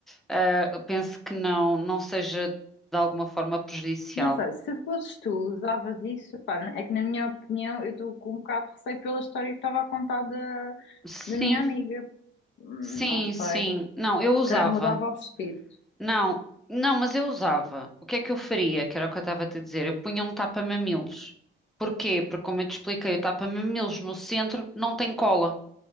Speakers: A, in the centre; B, on the left (about 65°).
A: Ah, eu penso que não, não seja de alguma forma prejudicial.
B: não sei, se fosses tu, usavas isso, pá, é que na minha opinião eu estou com um bocado de receio pela história que estava a contar da,
A: Sim,
B: da minha amiga. Hum,
A: sim,
B: Não sei,
A: sim.
B: se
A: Não, eu usava.
B: calhar mudava os vestidos.
A: Não, não, mas eu usava. O que é que eu faria? Que era o que eu estava a te dizer. Eu punha um tapa-mamilos. Porquê? Porque, como eu te expliquei, o tapa-mamilos no centro não tem cola.